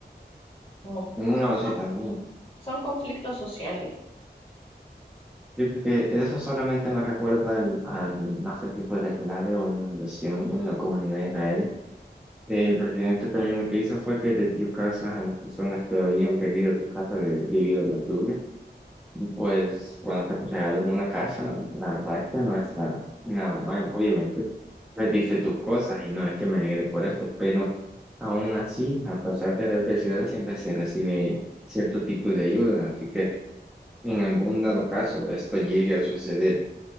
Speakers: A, on the left (about 30°); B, in the centre.
A: como que
B: No,
A: son,
B: sí, también.
A: son conflictos sociales.
B: Sí, porque eso solamente me recuerda al, al- no sé si fue o inundación en la comunidad de Israel. El presidente también lo que hizo fue que le dio casas a las personas que habían perdido su casa de- debido a las lluvias. Pues cuando que te regalan una casa, la verdad es que no está nada mal. Obviamente, perdiste tus cosas y no es que me alegre por esto, pero aún así, a pesar de la adversidad, siempre se recibe cierto tipo de ayuda. Así que en algún dado caso esto llegue a suceder